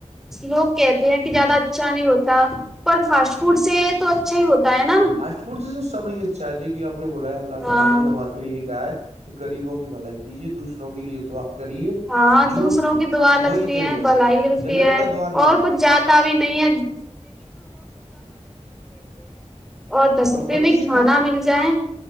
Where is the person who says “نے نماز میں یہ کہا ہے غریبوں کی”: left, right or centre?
Right